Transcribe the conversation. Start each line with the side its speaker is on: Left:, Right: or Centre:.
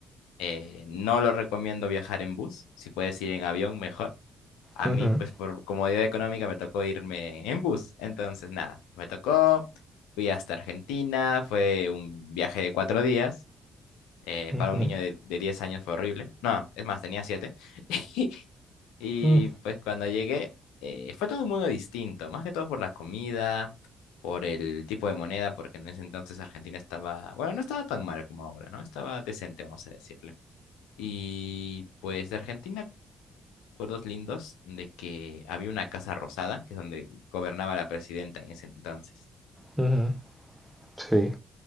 Left: eh, no lo recomiendo viajar en bus. Si puedes ir en avión, mejor. A
Centre: Ujú,
Left: mí, pues por comodidad económica, me tocó irme en bus. Entonces, nada, me tocó. Fui hasta Argentina. Fue un viaje de cuatro días. eh,
Centre: ujú,
Left: para un niño de, de 10 años fue horrible. No, es más, tenía siete. <laughs> Y
Centre: mm,
Left: pues cuando llegué, eh, fue todo un mundo distinto, más que todo por la comida, por el tipo de moneda, porque en ese entonces Argentina estaba, bueno, no estaba tan mal como ahora, ¿no? Estaba decente, vamos a decirle. Y pues de Argentina, recuerdos lindos de que había una casa rosada, que es donde gobernaba la presidenta en ese entonces.
Centre: ujú, Sí.